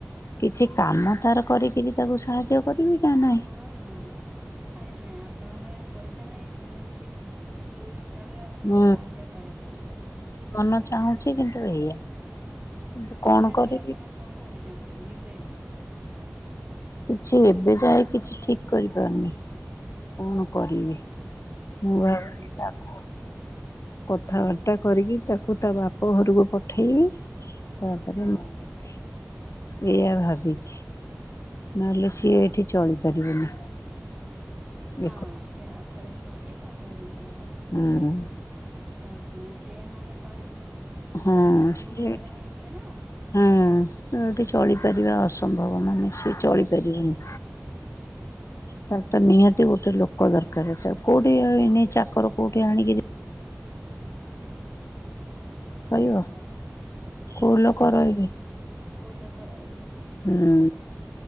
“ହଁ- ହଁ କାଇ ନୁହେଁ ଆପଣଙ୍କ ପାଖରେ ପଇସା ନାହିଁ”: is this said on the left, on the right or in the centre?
Right